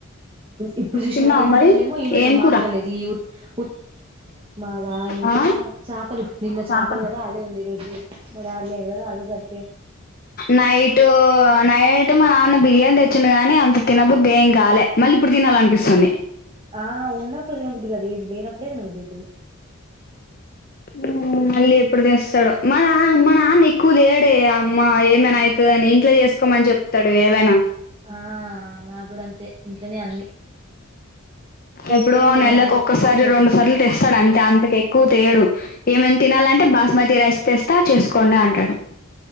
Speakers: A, on the right (about 25°); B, on the left (about 45°).
A: ఇప్పుడు చూసినావా
B: తిన్నావా
A: ఇన్ని
B: మరి
A: రోజులే ఏమో ఈమెతో
B: ఏం కూర
A: మాట్లాడలేదు ఉత్ మాదా ఏం
B: ఆ
A: కూర చాపలు నిన్న
B: చాప.
A: చాపలు కదా అదే ఉంది ఈ రోజు మ డాడీ లేడు కదా అదే సరి
B: నైటూ నైట్ మా నాన్న బిరియానీ తె చున్ను గాని అంత తినుబుద్దేం కాలే మళ్ళీ ఇప్పుడు తినాల అనిపిస్తుంది
A: ఆ ఉన్నప్పుడు తినబుద్ది గా అది ఇది లేనప్పుడే తినబుద్దయితది.
B: హ్మ్ మళ్ళీ ఎప్పుడు దేస్తాడో మన మా నాన్న ఎక్కువ తేడే అమ్మ ఏమైనా అయితదని ఇంట్లో చేసుకోమని చెప్తాడు ఏదైనా
A: ఆ నాగ్గుడా అంతే ఇంట్లోనే అన్ని చేస్తదేమో
B: ఎప్పుడో నెలలకు
A: మా మమ్మీ
B: ఒక్కసారి
A: సండే
B: రెండు
A: లోపు
B: సార్లు తెస్తాడు అంతే అంతకు ఎక్కువ తేడు అ ఏమేమి తినాలంటే బాస్మతి రైస్ తెస్తా చేసుకోండి అంటాడు